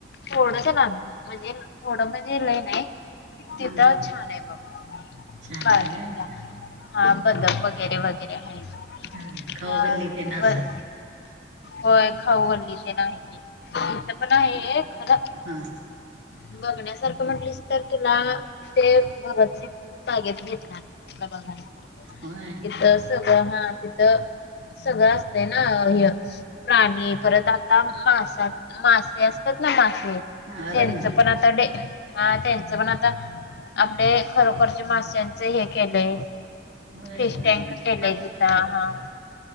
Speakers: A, on the left; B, on the right.
A: थोडस लांब म्हणजे थोडं म्हणजे लई नई तिथं
B: हा
A: छान आहे बघ
B: छान
A: बागिक.
B: आहे होय
A: <unintelligible> हा बंदक वगैरे. वगैरेआहेत.
B: हा खाऊ
A: हा
B: गल्ली तेन असल
A: बर. होय खाऊ गल्ली ते नाही की इथ
B: हा
A: पण आहे
B: मग
A: खर.
B: हा
A: बघण्या सारखं म्हटलीस तर तुला ते भगतसिंगून बागेत भेटणार. बघ. <unintelligible>
B: होय.
A: तिथ सगळं हा तिथं. सगळं असतं ना हे प्राणी परत आता मासात मासे अस. असतात ना, मासे
B: हा
A: त्यांच
B: रंगीत
A: पण. त डे हा त्यांचं पण आता आपले खरोखरच्या माश्यांच हे केलंय.
B: होय
A: फिश
B: हा
A: टँक केलंय
B: बघाारख.
A: तिथं हा
B: <unintelligible>